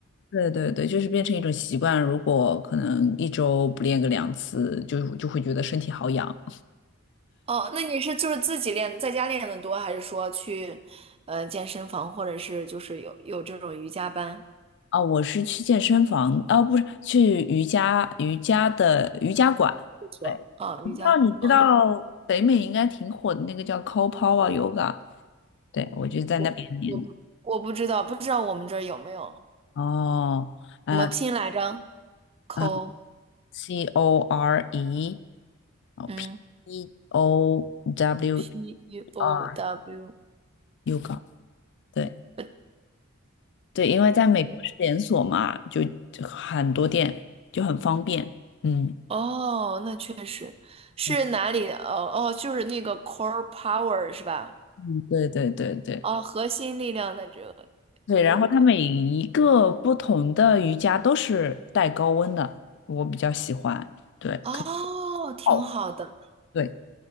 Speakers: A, on the left; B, on the right.
A: 对对对，就是变成一种习惯。如果可能一周不练个两次，就就会觉得身体好痒
B: 哦，那你是就是自己练，在家练的多，还是说去呃健身房，或者是就是有有这种瑜伽班？
A: 啊。我是去健身房，啊，不是去瑜伽瑜伽的瑜伽馆。
B: 不错，
A: 对。
B: 啊，
A: 不知道你知道北美应该挺火的那个叫
B: 瑜伽，啊，
A: Copower Yoga，对，我就在那边练。
B: 我我不我不知道，不知道我们这儿有没有
A: 哦，呃
B: 怎么拼来着？Co，
A: 呃，C O R E，哦，P
B: 嗯
A: E O W
B: ，P
A: E
B: U O
A: R
B: W，
A: Yoga，对
B: 呃
A: 对，因为在美国是连锁嘛，就就很多店就很方便。嗯
B: 哦，那确实是哪里的？
A: 嗯，
B: 哦哦，就是那个 Core Power 是吧？
A: 嗯对对对对
B: 哦，核心力量的这个
A: 对，然后它每一个不同的瑜伽都是带高温的，
B: 有个
A: 我比较喜欢。对，
B: 哦，
A: 可以
B: 挺好的。
A: 泡。对。